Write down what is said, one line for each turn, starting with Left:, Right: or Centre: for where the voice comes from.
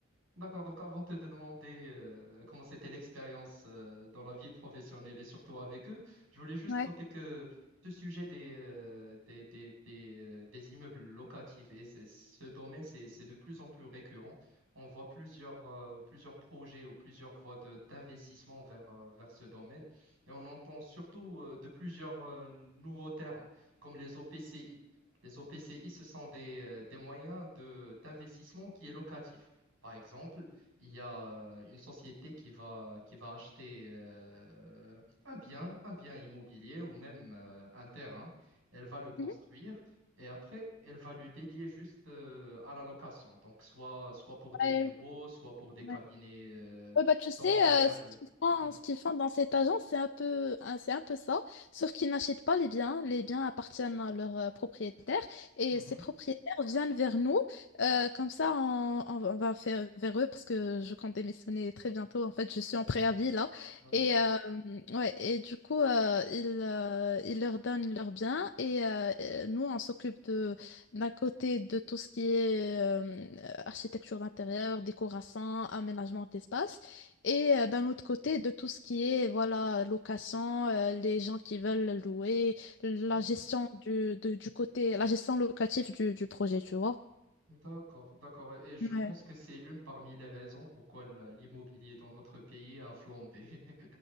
Right: D'accord, donc avant de te demander euh, comment c'était l'expérience euh, dans la vie professionnelle et surtout avec eux, je voulais juste
Left: Ouais.
Right: noter que ce sujet des, euh, des, des, des, euh, des immeubles locatifs et c'est- ce domaine, c'est, c'est de plus en plus récurrent. On voit plusieurs, euh, plusieurs projets ou plusieurs voies de- d'investissement vers, euh, vers ce domaine et on entend surtout euh, de plusieurs euh, nouveaux termes comme les OPCI. Les OPCI, ce sont des, euh, des moyens de, d'investissement qui est locatif. Par exemple, il y a euh, une société qui va, qui va acheter euh, un bien, un bien immobilier ou même euh, un terrain. Elle va le construire
Left: Mhm.
Right: et après, elle va le dédier juste euh, à la location. Donc, soit, soit pour des
Left: Ouais,
Right: bureaux, soit pour des cabinets
Left: ouais.
Right: euh,
Left: Ouais, bah, tu sais,
Right: dentaires
Left: euh, ce
Right: ou...
Left: qu'ils font,
Right: Hmm.
Left: ce qu'ils font dans cette agence, c'est un peu, hein, c'est un peu ça, sauf qu'ils n'achètent pas les biens. Les biens appartiennent à leurs euh, propriétaires et
Right: Mhm.
Left: ces propriétaires viennent vers nous. euh, comme ça, on, on va on va faire vers eux parce que je compte démissionner très bientôt. En fait, je suis en préavis là.
Right: D'accord.
Left: Et, euh, ouais, et du coup, euh, ils, euh, ils leur donnent leurs biens et euh, euh, nous, on s'occupe de, d'un côté de tout ce qui est euh, architecture d'intérieur, décoration, aménagement d'espace. Et euh, d'un autre côté, de tout ce qui est voilà location, euh, les gens qui veulent louer, la
Right: Mhm.
Left: gestion du, de- du côté, la gestion locative du, du projet, tu vois.
Right: D'accord, d'accord. Et je
Left: Ouais.
Right: pense que c'est l'une parmi les raisons pourquoi la- l'immobilier dans notre pays a flambé. <laughs>